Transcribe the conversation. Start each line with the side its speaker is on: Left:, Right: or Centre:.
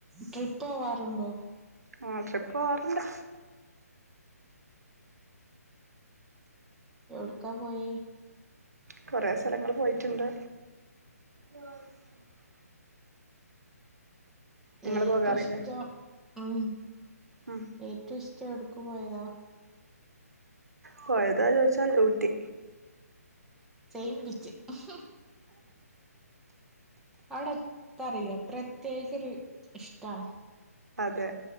Centre: ട്രിപ്പോവാറുണ്ടോ
Right: ആഹ് ട്രിപ്പോവാറുണ്ട്
Centre: എവിട്ക്കാ പോയേ
Right: കൊറേ സ്ഥലങ്ങള് പോയിട്ട്ണ്ട്. <unintelligible> നിങ്ങള്
Centre: ഏറ്റം
Right: പോകാറില്ലേ
Centre: ഇഷ്ടം ഉം
Right: ഉം
Centre: ഏറ്റം ഇഷ്ടം എവിടേക്കുപോയതാ
Right: പോയതാ ചോദിച്ചാൽ ഊട്ടി
Centre: സെയിംബിച്ച് <inaudible> അവിടെത്തറിയില്ല പ്രത്യേകൊരു ഇഷ്ടാണ്
Right: അതെ